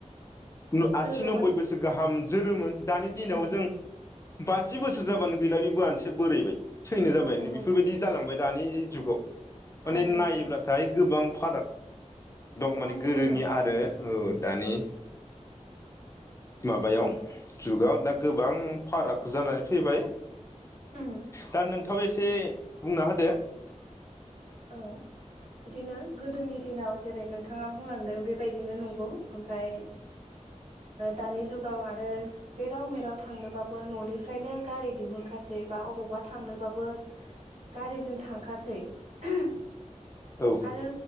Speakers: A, on the left; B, on the right.
A: न आसि
B: जोरोमोन
A: नब्बै बोसोर गाहाम जोरोमोन। दानि दिनाव
B: औ
A: जों बाजि बोसोर जाबानो गैला बिब मानसिया बोरायबाय थैनो जाबायानो
B: नंगौ नंगौ
A: बेफोरबायदि जालांबाय। दानि जुगाव माने
B: औ नंगौ
A: नायोब्लाथाय गोबां फाराग दं
B: गोबां
A: माने
B: फाराग
A: गोदोनि
B: औ
A: आरो औ दानि माबायाव
B: औ
A: जुगाव दा गोबां फाराग जाना फैबाय
B: उम
A: दा नोंथाङाबो एसे बुंना होदो।
B: औ बिदिनो गोदोनि दिनाव जेरै नोंथाङा बुंलांदों बेबायदिनो नंगौ ओमफ्राय दानि जुगाव आरो जेराव मेराव थांनोबाबो न'निफ्रायनो गारि दिहुनखासै बा अबावबा थांनोबाबो गारिजों थांखासै। <unintelligible>
A: औ
B: आरो